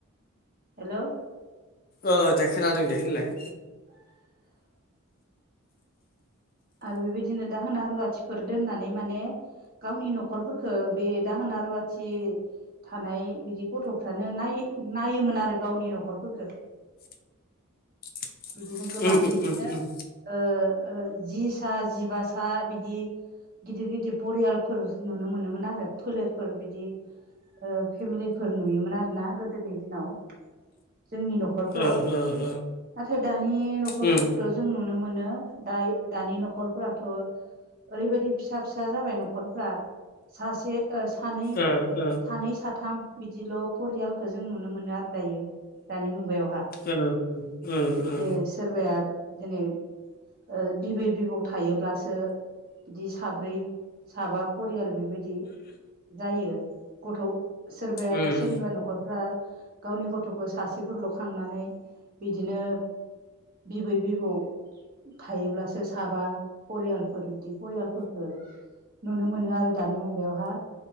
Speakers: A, on the right; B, on the left.
A: हेलौ
B: ओ दे खोनादों दे होनलाय
A: <inaudible> आरो बेबायदिनो दाहोना रुवाथिफोर दोननानै माने गावनि न'खरफोरखो बे दाहोना रुवाथि थानाय बिदि गथ'फ्रानो नाय नायोमोन आरो गावनि न'खरफोरखो
B: <inaudible>
A: बिदिनो गोबां
B: उम
A: बिदिनो
B: उम उम
A: ओ ओ जि सा जिबा सा बिदि गिदिर गिदिर परियालफोर नुनो मोनोमोन आरो फोलेरफोर बिदि ओ फेमिलिफोर नुयोमोन आरो ना गोदोनि दिनाव जोंनि न' खरफ्राव
B: ओ ओ ओ
A: नाथाय दानि न'खरफोरखौथ'
B: उम
A: जों नुनो मोनो दायो दानि न'खरफोराथ' ओरैबायदि फिसा फिसा जाबाय न'खरफ्रा सासे ओ सानै
B: ओ ओ
A: सानै साथाम बिदिल' परियालखो जों नुनो मोनो आरो दायो दानि मुगायावहा।
B: ओ ओ ओ।
A: जे सोरबाया दिनै ओ बिबै बिबौ थायोब्लासो बिदि साब्रै साबा परियाल बि बिदि जायो गथ' सोरबाया
B: उम
A: सोरनिबा न'खर फ्रा गावनि गथ'खौ सासेफोरल' खांनानै बिदिनो बिबै बिबौ थायोब्लासो साबा परियालफोर बिदि परियालफोरफोरखो नुनो मोनो आरो दानि मुगायावहा।